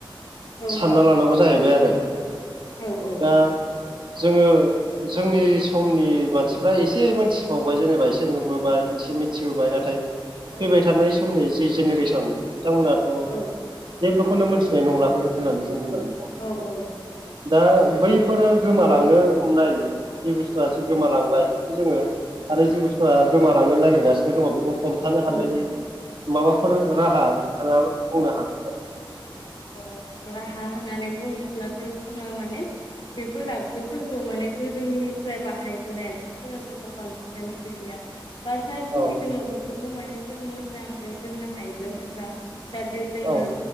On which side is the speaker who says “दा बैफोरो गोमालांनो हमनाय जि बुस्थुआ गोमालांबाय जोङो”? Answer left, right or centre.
Right